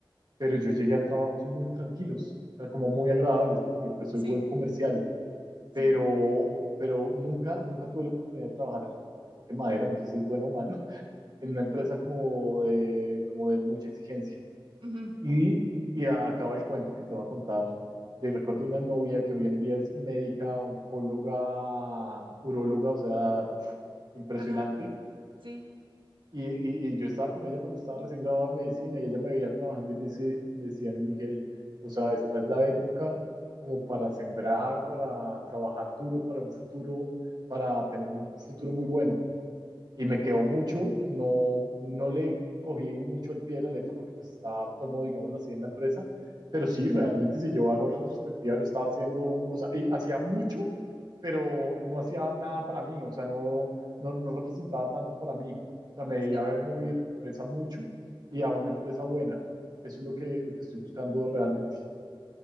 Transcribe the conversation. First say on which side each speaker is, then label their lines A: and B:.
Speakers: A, on the right (about 50°); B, on the right (about 70°).
A: pero yo llegué a trabajos muy tranquilos, o sea, como muy agradables, porque pues soy
B: sí,
A: buen comercial, pero,
B: sí,
A: pero nunca, nunca tuve la oportunidad de trabajar, toque madera, no sé si es bueno o malo, en una empresa
B: ujú,
A: como de, como de mucha exigencia.
B: ujú,
A: Y, y acaba el cuento que te voy a contar de recuerdo una novia que hoy en día es médica, oncóloga, uróloga, o sea, pf, impresionante.
B: ajá, sí,
A: Y, y- y yo estaba con ella cuando estaba recién graduada de medicina y ella me veía trabajando y dice, me decía, no, Miguel, o sea, esta es la época como para sembrar, para trabajar duro, para un futuro, para tener un futuro muy bueno y me quedó mucho, no, no le cogí mucho al pie de la letra porque pues estaba cómodo, digámoslo así, en la empresa, pero
B: ujú,
A: sí, realmente si yo hago en retrospectiva, yo estaba haciendo, un, o sea, hacía mucho, pero no hacía nada para mí, o sea, no, no, no representaba tanto para mí, o sea, me debía
B: sí.
A: haber movido la empresa mucho y a una empresa buena, eso es lo que, lo que estoy buscando realmente,